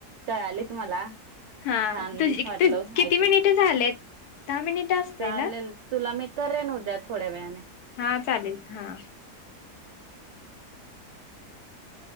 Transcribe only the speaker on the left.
हा
तुझ
किती
मिनिट झालेत दहा मिनिट असते
ना
हां चालेल, हां